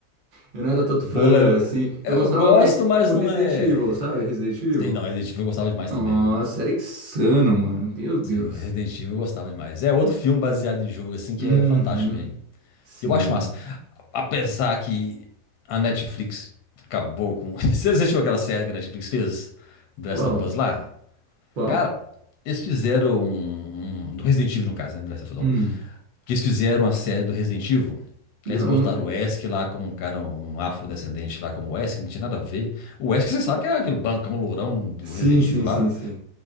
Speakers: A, on the right; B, on the left.
A: Eu não era tanto
B: Vôlei,
A: fã,
B: eu,
A: assim,
B: eu
A: eu gostava
B: gosto,
A: mais
B: mas
A: do Resident
B: não é.
A: Evil, sabe? Resident Evil.
B: Sei não, Resident Evil eu gostava demais
A: Nossa,
B: também, viu?
A: era insano, mano, meu Deus.
B: Sim, Resident Evil eu gostava demais. É outro filme baseado em jogo, assim, que
A: Uhum,
B: é fantástico também.
A: sim.
B: Eu acho massa. Apesar que a Netflix acabou com. <laughs> Você assistiu aquela série que a Netflix fez? The
A: Qual?
B: Last of Us lá?
A: Qual?
B: Cara, eles fizeram um. um- do Resident Evil, no caso, né? The Last of Us.
A: Hum,
B: que eles fizeram a série do Resident Evil. Que
A: não,
B: eles botaram
A: não...
B: o Wesk lá como um cara, um afrodescendente lá como o Wesk, não tinha nada a ver. O Wesk, você sabe que é aquele bancão lourão do
A: Sim,
B: Resident
A: sim,
B: Evil lá.
A: sim, sim.